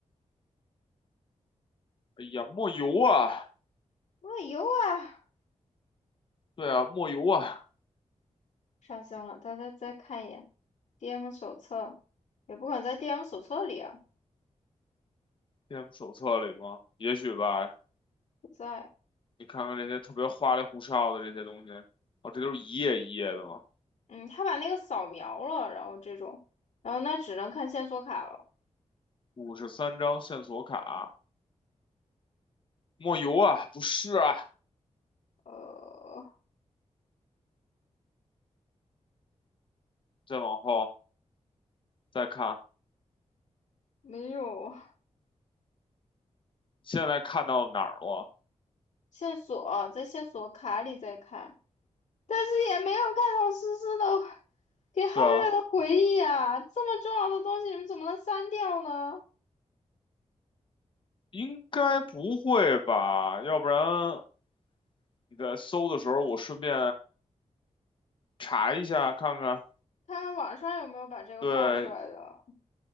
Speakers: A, on the left; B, on the left.
A: 哎呀，抹油啊！
B: 我有啊，
A: 对啊，莫尤啊
B: 上线了，大家再看一眼 DM 手册，也不可能在 DM 手册里啊，
A: ，DM 手册里吗？也许吧。
B: 不在，
A: 你看看这些特别花里胡哨的这些东西，哦，这都是一页一页的吗？
B: 嗯，他把那个扫描了，然后这种，然后那只能看线索卡了，
A: 五十三张线索卡，莫尤啊，不是啊。
B: 呃，
A: 再往后再看，
B: 没有
A: 现在看到哪儿了？
B: 线索，在线索卡里再看。但是也没有看到思思的给皓月的回忆啊，
A: 对啊，
B: 这么重要的东西你们怎么能删掉呢？
A: 应该不会吧？要不然你在搜的时候，我顺便查一下看看。
B: 看看网上有没有把这个放出来的。
A: 对，